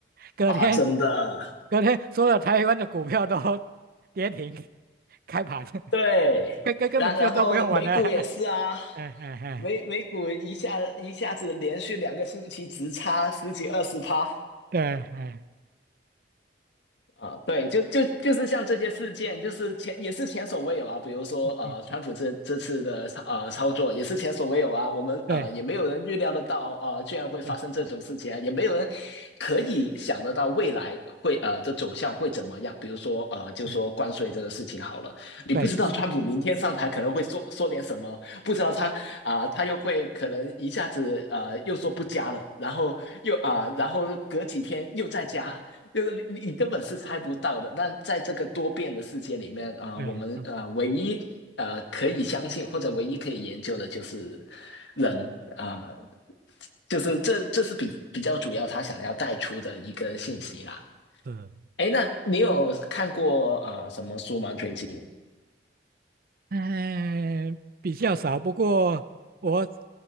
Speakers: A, on the right; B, on the left.
A: 隔天，
B: 啊，真的，
A: 隔天所有台湾的股票都 <laughs> 跌停，开盘，
B: 对，
A: <laughs> 根根根本就都不用玩了，
B: 然然后美股也是啊，
A: <laughs> 哎哎哎，
B: 美美股一下一下子连续两个星期直插十几二十趴，
A: 对，哎，
B: 啊，对，就就就是像这些事件，就是前也是前所未有啊。比如说，
A: 嗯嗯，
B: 呃，川普这这次的呃操作也是前所未有啊。我们呃也没有人预料得到，
A: 对，
B: 呃，居然会发生这种事情啊，
A: 是，
B: 也没有人可以想得到未来会呃的走向会怎么样。比如说，呃，就说关税这个事情好了，
A: 嗯，
B: 你不知道川普明天上台可能会说说点什么，
A: 对，
B: 不知道他啊、他又会可能一下子呃又说不加了，然后又啊、然后隔几天又再加，就是你你你根本是猜不到的。那在这个多变的世界里面，啊，
A: 对，
B: 我们呃唯一呃可以相信或者唯一可以研究的就是
A: 嗯，
B: 人啊、呃就是这这是比比较主要他想要带出的一个信息啦。
A: 是。
B: 哎，那你有看过呃什么书吗？最近？
A: 哎，比较少，不过我